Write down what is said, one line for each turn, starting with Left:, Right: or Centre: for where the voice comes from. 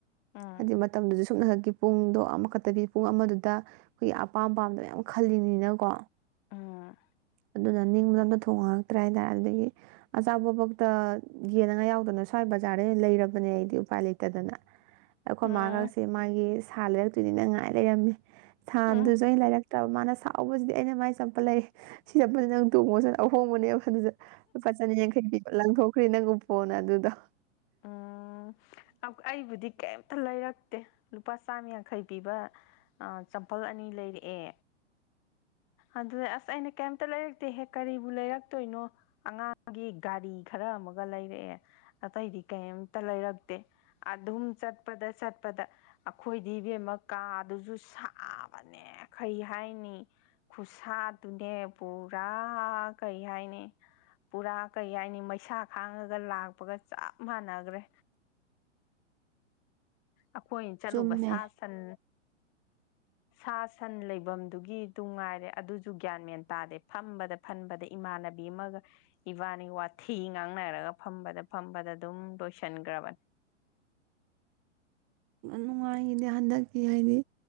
Left: ꯎꯝ
Right: ꯍꯥꯏꯗꯤ ꯃꯇꯝꯗꯨꯁꯨ ꯁꯨꯞꯅꯍꯟ ꯍꯧꯖꯤꯛꯇꯤ ꯄꯨꯡꯗꯣ ꯑꯃꯨꯛ ꯄꯈꯠꯇꯕꯤ ꯄꯨꯡ ꯑꯃꯗꯨꯗ ꯑꯩꯈꯣꯏꯒꯤ ꯑꯄꯥꯝ ꯄꯥꯝꯗ ꯃꯌꯥꯝ ꯈꯜꯂꯤꯅꯤꯅꯀꯣ
Left: ꯎꯝ
Right: ꯑꯗꯨꯅ ꯅꯤꯡꯕꯗꯣ ꯑꯝꯇ ꯊꯨꯡꯉꯛꯇ꯭ꯔꯦ ꯍꯥꯏ ꯇꯔꯦ ꯑꯗꯨꯗꯒꯤ ꯑꯆꯥꯄꯣꯠꯕꯥꯎꯇ ꯌꯦꯟꯅꯉꯥꯏ ꯌꯥꯎꯗꯅ ꯁ꯭ꯋꯥꯏ ꯕꯖꯥꯔꯗ ꯑꯣꯏꯅ ꯂꯩꯔꯕꯅꯦ ꯑꯩꯗꯤ ꯎꯄꯥꯏ ꯂꯩꯇꯗꯅ ꯑꯩꯈꯣꯏ
Left: ꯎꯝ
Right: ꯃꯥꯒꯁꯦ ꯃꯥꯒꯤ ꯊꯥꯟ ꯂꯩꯔꯛ ꯑꯗꯨꯅꯤ ꯅꯩ ꯉꯥꯏ ꯂꯩꯔꯝꯃꯦ ꯁꯥꯟ
Left: ꯎꯝ
Right: ꯗꯨꯖꯨ ꯑꯩꯅ ꯂꯩꯔꯛ ꯅꯠꯇ꯭ꯔ ꯃꯥꯅ ꯁꯥꯎꯎꯕꯁꯤꯗꯤ ꯑꯩꯅ ꯃꯥꯏ ꯆꯝꯄꯜ ꯂꯩꯌꯦ ꯁꯤ ꯆꯝꯄꯜ ꯁꯤꯗꯤ ꯅꯪ ꯇꯣꯡꯉ ꯆꯠ ꯑꯍꯣꯡꯕꯅꯦꯕ ꯗꯨꯁꯨ ꯂꯨꯄꯥ ꯆꯅꯤ ꯌꯥꯡꯈꯩ ꯄꯤꯕ ꯂꯥꯡꯊꯣꯛ <unintelligible>
Left: ꯑꯥ ꯑꯩꯕꯨꯗꯤ ꯀꯩꯝꯇ ꯂꯩꯔꯛ ꯇꯦ ꯂꯨꯄꯥ ꯆꯥꯝ ꯌꯥꯡꯈꯩ ꯄꯤꯕ ꯑꯥ ꯆꯝꯄꯜ ꯑꯅꯤ ꯂꯩꯔꯛꯑꯦ ꯑꯗꯨꯅꯦ ꯑꯁ ꯑꯩꯅ ꯀꯩꯝꯇ ꯂꯩꯔꯛꯇꯦ ꯍꯦ ꯀꯔꯤꯕꯨ ꯂꯩꯔꯛ ꯇꯣꯏꯅꯣ ꯑꯉꯥꯡꯒꯤ ꯒꯥꯔꯤ ꯈꯔꯥ ꯑꯃꯒ ꯂꯩꯔꯛꯑꯦ ꯑꯇꯩꯗꯤ ꯀꯩꯝꯇ ꯂꯩꯔꯛꯇꯦ ꯑꯗꯨꯝ ꯆꯠꯄꯗ ꯆꯠꯄꯗ ꯑꯩꯈꯣꯏꯗꯤ ꯏꯕꯦꯝꯃ ꯀꯥꯗꯨꯁꯨ ꯁꯥ ꯁꯥꯕꯅꯦ ꯈꯩꯌ <unintelligible> ꯈꯨꯨꯁꯥꯠ ꯗꯨꯅꯦ ꯄꯨꯔꯥ ꯀꯩ ꯍꯥꯏꯅꯤ ꯄꯨꯔꯥ ꯀꯩ ꯍꯥꯏꯅꯤ ꯃꯩꯁꯥ ꯈꯥꯡꯉꯒ ꯂꯥꯛꯄꯒ ꯆꯞ ꯃꯥꯟꯅꯒ꯭ꯔꯦ ꯑꯩꯈꯣꯏ ꯆꯠꯂꯨꯕ
Right: ꯆꯨꯝꯃꯦ
Left: ꯁꯥ ꯁꯟ ꯁꯥ ꯁꯟ ꯂꯩꯕꯝꯗꯨꯒꯤ ꯇꯨꯉꯥꯏꯔꯦ ꯑꯗꯨ ꯨꯒ꯭ꯌꯥꯥꯟꯃꯦꯟ ꯇꯥꯗꯦ ꯐꯝꯕꯗ ꯐꯝꯕꯗ ꯏꯃꯥꯟꯅꯕꯤ ꯑꯃꯒ ꯏꯕꯥꯅꯤ ꯋꯥꯊꯤ ꯉꯥꯡꯅꯔꯒ ꯐꯝꯕꯗ ꯐꯝꯕꯗ ꯑꯗꯨꯝ ꯂꯣꯏꯁꯟꯈ꯭ꯔꯕꯅꯤ
Right: ꯅꯨꯡꯉꯥꯏꯈꯤꯗꯦ ꯍꯟꯗꯛꯀꯤ ꯍꯥꯏꯗꯤ